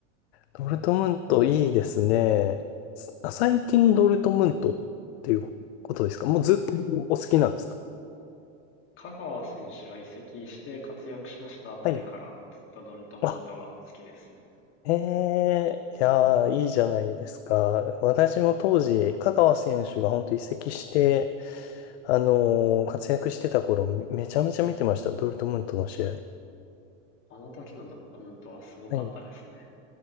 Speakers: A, on the left; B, on the left.
A: ドルトムントいいですね。すあ最近のドルトムントっていうことですかもうずっとお好きなんですか
B: 香川選手が移籍して活躍しだしたあたりからずっとドルトムントが好きですね。
A: はい。あ、ええ、いやー、いいじゃないですか。私も当時、香川選手が本当移籍して、あのー活躍してた頃、めちゃめちゃ見てました。ドルトムントの試合。
B: あの時のドルトムントはすごかったですね。
A: はい